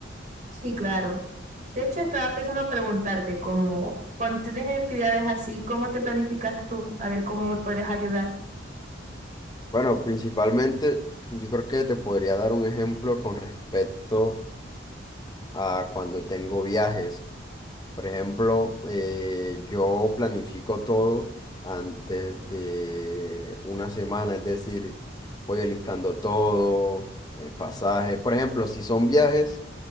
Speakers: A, on the right (about 45°); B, on the left (about 20°).
A: Sí, claro. De hecho, estaba pensando preguntarte cómo, cuando tienes actividades así, ¿cómo te planificas tú? A ver cómo me puedes ayudar.
B: Bueno, principalmente yo creo que te podría dar un ejemplo con respecto a cuando tengo viajes. Por ejemplo, eh, yo planifico todo antes de una semana, es decir, voy alistando todo, el pasaje. Por ejemplo, si son viajes